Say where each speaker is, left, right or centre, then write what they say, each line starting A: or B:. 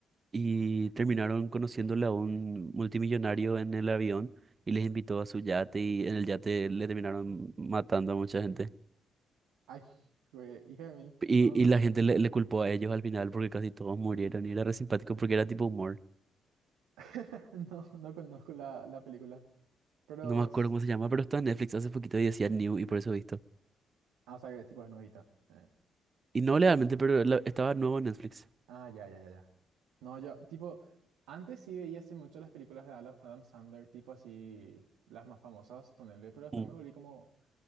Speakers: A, on the right; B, on the right.
A: y terminaron conociéndole a un multimillonario en el avión y les invitó a su yate y en el yate le terminaron matando a mucha gente.
B: Ay, güey, hija de mil.
A: Y,
B: No,
A: y la gente le, le culpó a ellos al final porque casi todos murieron y era re simpático porque era tipo humor.
B: <laughs> no, no conozco la, la película. Pero,
A: No me acuerdo
B: s-
A: cómo se llama, pero estaba en Netflix hace poquito y decía New y por eso he visto.
B: ah, o sea, que tipo es nuevita. Eh.
A: Y no legalmente, pero la- estaba nuevo en Netflix.
B: Ah, ya, ya, ya, ya. No, yo, tipo, antes sí veía así mucho las películas de Ala- Adam Sandler, tipo así, las más famosas, ponerle, pero después
A: Mm,
B: me volví como